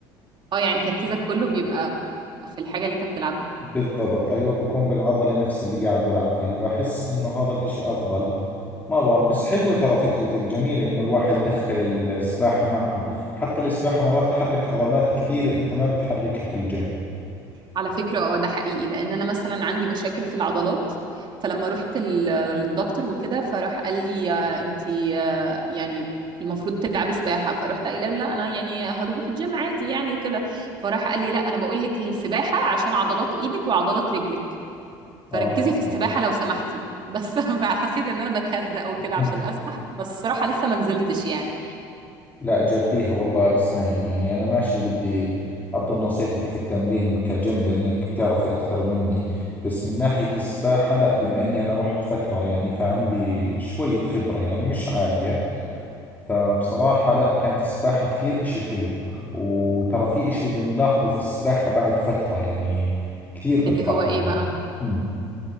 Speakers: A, on the right; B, on the left.
A: اه يعني تركيزك كله بيبقى في الحاجة اللي انت بتلعبها
B: بالضبط أيوة بكون بالعضلة نفسها اللي قاعد بلعب فيها بحس إنه هذا الإشي أفضل ما بعرف بس حلوة ترى فكرتك جميلة إنه الواحد دخل السباحة معها حتى السباحة مرات تحرك عضلات كثيرة أنت ما بتحركها في الجيم
A: على فكرة اه ده حقيقي لان انا مثلا عندي مشاكل في العضلات فلما رحت ال- للدكتور وكده فراح قال لي آه، انت آه، يعني المفروض تلعبي سباحة فرحت قايله له لا انا يعني هروح الجيم عادي يعني وكده فراح قال لي لا انا بقول لك السباحة عشان عضلات ايدك وعضلات رجلك
B: آه
A: فركزي في السباحة لو سمحتي بس <laughs> فحسيت ان انا بتهزق وكده
B: <laughs>
A: عشان اسبح بس الصراحة لسه ما نزلتش يعني
B: لا جربيها والله اسمعي يعني أنا ماشي بدي أطلب نصيحتك في التمرين كجيم لأنك بتعرفي أكثر مني بس من ناحية السباحة لا بما إني أنا رحت فترة يعني فعندي شوية خبرة يعني مش عالية فبصراحة لا كانت السباحة كثير إشي حلو وترى في إشي بنلاحظه في السباحة بعد فترة يعني كثير بتلاحظ
A: اللي هو ايه
B: الناس.
A: بقى
B: أمم.